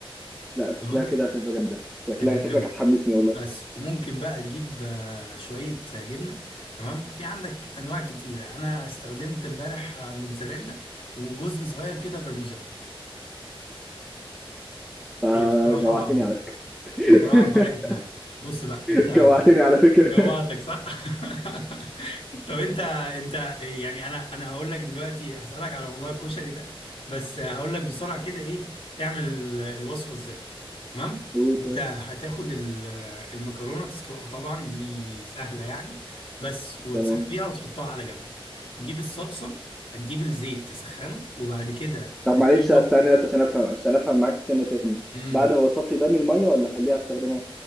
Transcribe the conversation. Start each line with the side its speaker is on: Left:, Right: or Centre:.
Centre: لا شكلها
Left: تمام
Centre: كده هتبقى جامده شكلها
Left: كانت
Centre: شكلك
Left: جامدة
Centre: هتحمسني والله
Left: بس وممكن بقى تجيب آه شوية آه، جبنة تمام في عندك انواع كتيرة انا استخدمت امبارح آه، موتزاريلا وجزء صغير كده برمجان
Centre: آه،
Left: هي بصراحة
Centre: جوعتني على فكره <laughs>
Left: بصراحة فرقت معايا بص بقى انت
Centre: جوعتني على فكره
Left: جوعتك صح؟ <laughs> طب انت انت يعني انا انا هقول لك دلوقتي هسألك على موضوع الكشري ده بس هقول لك بسرعة كده ايه تعمل ال- الوصفة ازاي تمام؟
Centre: <laughs> قول
Left: انت
Centre: طيب
Left: هتاخد ال- المكرونة تسلقها طبعا دي سهلة يعني بس وتصفيها
Centre: تمام
Left: وتحطها على جنب وتجيب الصلصة هتجيب الزيت تسخنه وبعد كده
Centre: طب
Left: تشوح
Centre: معلش استنى بس عشان افهم عشان افهم معاك سنه سنه
Left: مم.
Centre: بعد هو صفي بقى من الميه ولا اخليها استخدمها